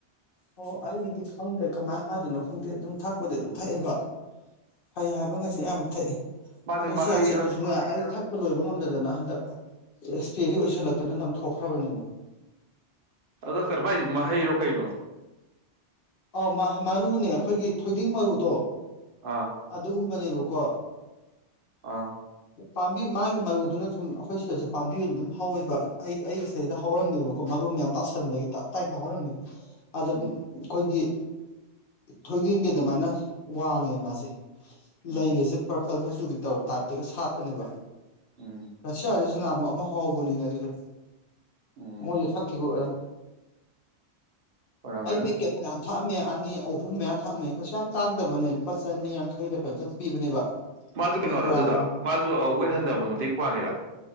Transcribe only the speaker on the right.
ꯃꯥꯁꯦ
ꯃꯍꯩꯔꯣ
ꯑꯗꯣ ꯀꯔꯕꯥꯏꯁ ꯃꯍꯩꯔꯣ ꯀꯩꯅꯣ
ꯑꯥ
ꯑꯥ
ꯎꯝ
ꯎꯝ
ꯎꯝ
ꯎꯝ
ꯑꯣꯏꯔꯒꯗꯤ
ꯃꯥꯁꯨ
ꯀꯩꯅꯣꯔꯥ
ꯑꯗꯨꯗ ꯃꯥꯁꯨ ꯋꯦꯠ ꯍꯟꯊꯕꯗ ꯃꯇꯦꯡ ꯄꯥꯡꯉꯤꯔ